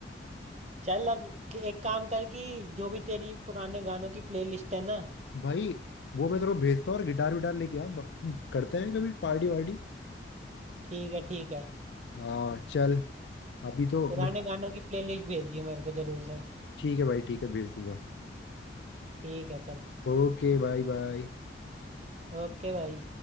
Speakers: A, on the right (about 40°); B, on the left (about 70°).
A: चल अब क- एक काम कर कि जो भी तेरी पुराने गानों की प्लेलिस्ट है ना
B: भाई वो मैं तेरे को भेजता हूँ और गिटार विटार लेके आ ब- करते हैं कभी पार्टी वार्टी
A: ठीक है ठीक है
B: हाँ चल अभी तो
A: पुराने
B: मैं-
A: गानों की प्लेलिस्ट भेज दियो मेरे को जरूर से
B: ठीक है भाई ठीक है भेज दूंगा
A: ठीक है चल
B: Okay bye bye
A: ओके भाई